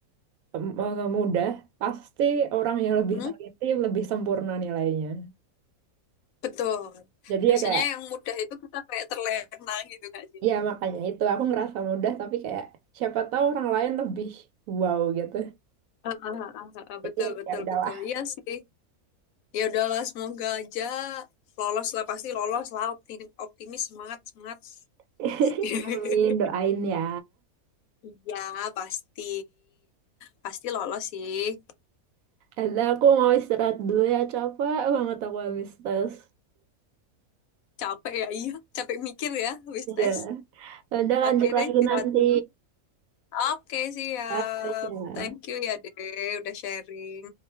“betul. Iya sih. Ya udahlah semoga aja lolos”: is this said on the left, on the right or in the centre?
Left